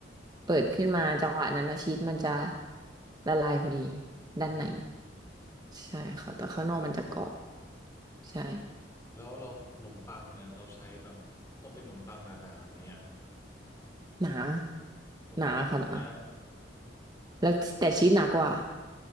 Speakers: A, on the right; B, on the left.
A: เปิดขึ้นมาจังหวะนั้นนะชีสมันจะละลายพอดีด้านใน
B: อ๋อ
A: ใช่ค่ะแต่ข้างนอกมันจะกรอบใช่
B: แล้วเราขนมปังเนี่ยเราใช้แบบต้องเป็นขนมปังนานาไหมอ่ะ
A: หนา
B: ขนมปังอะไรปะ
A: หนาค่ะหนาแล้วแต่ชีสหนากว่า